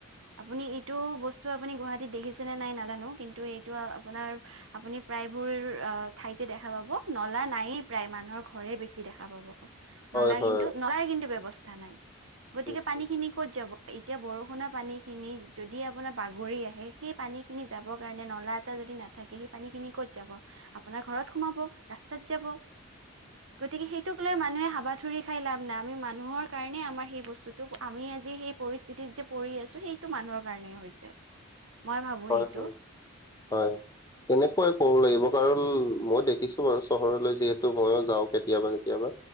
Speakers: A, on the right (about 60°); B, on the left (about 15°).
A: আপুনি ইটো বছ- আপুনি গুৱাহাটীত দেখিছেনে নাই নাজানো কিন্তু এইটো আপোনাৰ- আপুনি প্ৰায়বোৰ আ ঠাইতে দেখা পাব, নলা নায়েই প্ৰায় মানুহৰ ঘৰে বেছি দেখা পাব। নলা
B: হয় হয়
A: কিন্তু নলাৰ কিন্তু ব্যৱস্থা নাই। গতিকে
B: উম
A: পানী খিনি- ক'ত যাব? এতিয়া বৰষুণৰ পানী খিনি যদি আপোনাৰ- বাগৰি আহে সেই পানী খিনি যাবৰ কাৰণে নলা এটা যদি নাথাকে সেই পানী খিনি কত যাব? আপোনাৰ ঘৰত সোমাব, ৰাস্তাত যাব।
B: <unintelligible>
A: গতিকে সেইটোক লৈ মানুহে হাবা- ঠৰি খাই লাভ নাই আমি মানুহৰ কাৰণে আমাৰ সেই বস্তুটো আমি আজি সেই পৰিস্থিতিত যে- পৰি আছো সেইটো মানুহৰ কাৰণেই হৈছে। মই ভাবো
B: হয়
A: এইটো
B: হয় হয়। তেনেকুৱাই ক'ব লাগিব কাৰণ মই দেখিছো বাৰু চহৰলৈ যিহেতু মইও যাওঁ কেতিয়াবা কেতিয়াবা।